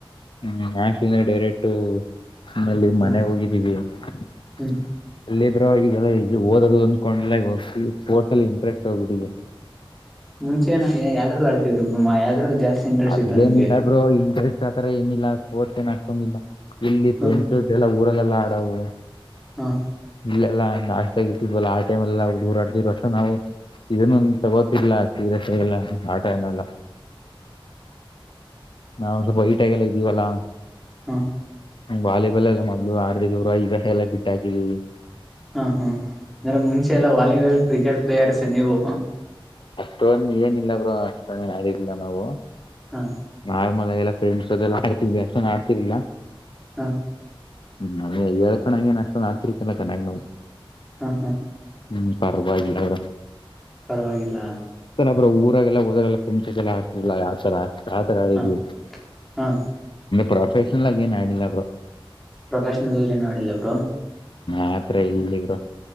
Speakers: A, on the left; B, in the centre.
A: ಹ್ಮ್ ಆಶಿಂದ್ರ ಡೈರೆಟು ನಿಮ್ಮಲ್ಲಿ
B: ಹ
A: ಮನೆ ಹೋಗಿದ್ದೀವಿಲ್ಲಿ
B: ಹ್ಮ್
A: ಪರವಾಗಿಲ್ಲ ಈ ಓದೋದು ಅಂದ್ಕೊಂಡ್ ಹೋಗ ಸ್ಪೋರ್ಟ್ಸ್ ಅಲ್ಲಿ ಇಂಟ್ರೆಸ್ಟ್ ಹೋಗ್ಬಿಟ್ಟಿದೆ
B: ಮುಂಚೆನ ಯ್ದ್ರ ಆಡ್ತಿದರು ಬ್ರಮ್ಮಾ ಯದ್ರ ಜಾಸ್ತಿ ಇಂಟ್ರೆಸ್ಟ್
A: ಅದೇನಿಲ್ಲಾ
B: ಇತ್ತು ನಿಮ್ಗೆ
A: ಬ್ರೊ ಇಂಟ್ರೆಸ್ಟ್ ಆತರ ಏನಿಲ್ಲ ಓತ ನ್ ಅಷ್ಟೊಂದಿಲ್ಲ ಇಲ್ಲಿ
B: ಹ
A: ಫ್ರೆಂಡ್ಸ್ಗೆಲ್ಲ ಊರಲ್ಲೆಲ್ಲಾ ಆಡವು
B: ಹ
A: ಇಲ್ಲೆಲ್ಲಾ ಹಾಸ್ಟೇಲ್ ಆಗಿರ್ತ್ವಲ್ಲಾ ಆ ಟೈಮ್ಲ್ ಹುಡುಗರಾಡ್ದ್ ಅಷ್ಟೆ ನಾವು ಇದನ್ನು ತಗೋತಿಲ್ಲ ಸೀರೆಸ ಎಲ್ಲ ಆಟ ಎನ್ನಲ್ಲ ನಾವು ಸ್ವಲ್ಪ ಐಟಾಗಲ್ಲ ಇದ್ದೀವಲ್ಲಾ
B: ಹಾ
A: ಹ ವಾಲಿಬಾಲ್ ಎಲ್ಲ ಮೊದ್ಲು ಆಡ್ತಿದಿವಿ ಈಗ ಎಲ್ಲ ಬಿಟ್ಟ ಹಾಕಿದಿವವಿ
B: ಹಾ ಹಾ ಅಂದ್ರೆ ಮುಂಚೆ ಎಲ್ಲ ವಾಲಿಬಾಲ್ ಕ್ರಿಕೆಟ್ ಪ್ಲೇಯರ್ಸ್ಸ ನೀವು
A: ಪೋನ್ ಏನಿಲ್ಲ ಬ್ರೋ ಅಷ್ಟಿಲ್ಲ ನಾವು
B: ಹಾ
A: ಆ ಮಲಾಗಲ್ಲ ಫ್ರೆಂಡ್ಸ್ ಜೊಲ್ಲ ಮಾಡತಿದವಿ ಅಷ್ಟೊಡ್ತಿಲಿಲ್ಲ
B: ಹಾ
A: ಹ್ಮ್ ನ ಹೇಳ್ಕೊಂಡಣಂಗಗೆನ್ ಅಷ್ಟ ನ ಮಾಡ್ತಿರ್ತಿಲ್ಲ ಚೆನ್ನಾಗ್ ನಾವು
B: ಹ
A: ಹ್ಮ್ ಪರ್ವಾಗಿಲ್ಲ ಅವರ
B: ಪರವಾಗಿಲ್ಲ
A: ಬ್ರೊ ಊರಗಲ್ಲ ಹೋದಾಗಲ್ಲ ಫೆಂಟಸ್ ಎಲ್ಲ ಆಡ್ತಿಲ್ಲ ಯತರ ಆತರ ಆಡಿದ್ವಿ
B: ಹ ಹಾ
A: ಪ್ರೊಫೆಷನಲ್ ಆಗ ಏನ್ ಆಡಿಲ್ಲ
B: ಪ್ರೊಫೆಷನಲ್ಲ್ ಏನು ಮಾಡಿಲ್ಲ ಬ್ರು
A: ಆತ್ರ ಇಲ್ಲಿಬ್ರು